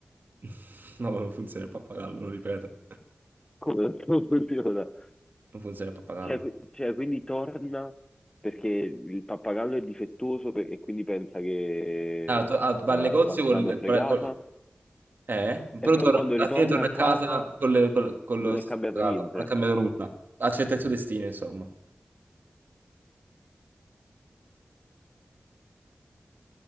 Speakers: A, on the right; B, on the left.
A: <laughs> No, non funziona il pappagallo, non ripete.
B: Come non <laughs> funziona?
A: Non funziona il pappagallo.
B: Cioè, qui- cioè, quindi torna perché il pappagallo è difettoso per- e quindi pensa che
A: Ah,
B: eh,
A: to- ah,
B: l'ha-
A: va al negozio col,
B: l'hanno fregata
A: col- Eh?
B: e
A: Però
B: poi
A: torna-
B: quando
A: alla
B: ritorna
A: fine torna
B: a
A: a
B: casa
A: casa con, le- con- con
B: non
A: lo stesso
B: è cambiato
A: regalo,
B: niente.
A: non è cambiato nulla. Accetta il suo destino, insomma.